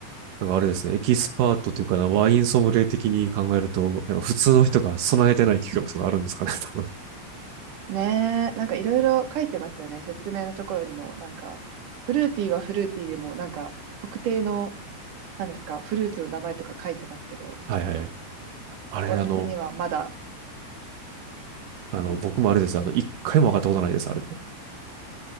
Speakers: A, on the right; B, on the right.
A: なんかあれですね。エキスパートというかな、ワインソムリエ的に考えると、なんか普通の人が備えてない企画とかあるんですかね、多分。<laughs>
B: ねえ、なんかいろいろ書いてますよね。説明のところにも、なんか、フルーティーはフルーティーでも、なんか、特定の、何ですか、フルーツの名前とか書いてますけど、
A: はいはいはい。
B: ちょっと、
A: あれ、
B: 私にはまだ、
A: あの、あの、
B: うん、
A: 僕もあれです。あの、一回も上がったことないです、あれで。